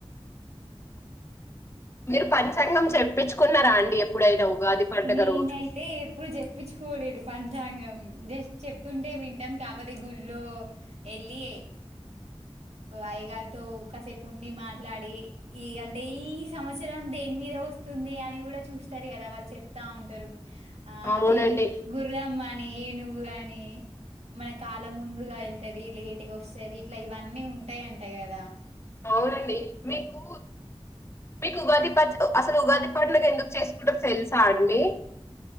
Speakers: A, on the left; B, on the right.
A: మీరు పంచాంగం చెప్పించుకున్నారా అండి ఎప్పుడైనా ఉగాది పండుగ
B: నేనైతే
A: రోజు
B: ఎప్పుడు చెప్పించుకోలేదు పంచాంగం జస్ట్ చెప్తుంటే వింటాం కాకపోతే గుళ్ళో వెళ్లి అయగారితో కా కాసేపు ఉండి మాట్లాడి ఈ అంటే ఈ సంవత్సరం దేని మీరే వస్తుంది అని కూడా చూస్తారు కదా వాళ్ళు చెప్ వతా ఉంటారు ఆ
A: అవునండి
B: అంటే గుర్రం అని ఏనుుగు అని మన కాలం ముందుగా వెళ్తుది లేటిగా వస్తుది ఇట్లా ఇవన్నీ ఉంటాయింటాయి కదా
A: అవునండి మీకు మీకు ఉగాది పచ్చ అసలు ఉగాది పండగ ఎందుకు చేసుకుంటారో తెెల్స్ అండి